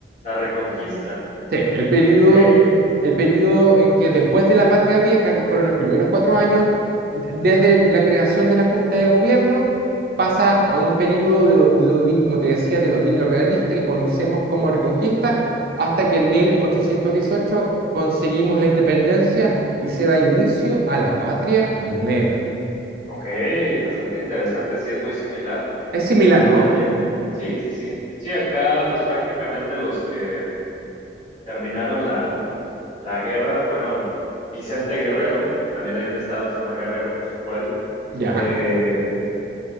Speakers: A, on the left (about 40°); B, on the right (about 55°).
A: La reconquista,
B: Sí, el periodo,
A: ok,
B: el periodo en que después de la Patria Vieja, que fueron los primeros cuatro años, d- desde la creación de la Junta de Gobierno, pasa a un periodo de, do- de dominio, como te decía, de dominio realista que conocemos como Reconquista, hasta que en 1818 conseguimos la independencia y se da inicio a la Patria Nueva.
A: ok, bastante interesante, sí es muy similar.
B: Es similar,
A: Aquí
B: ¿no?
A: también, sí, sí, sí. Sí, acá pues prácticamente los que terminaron la la guerra fueron Vicente Guerrero, que también hay un estado que se llama Guerrero, justo por él,
B: Ya.
A: eh,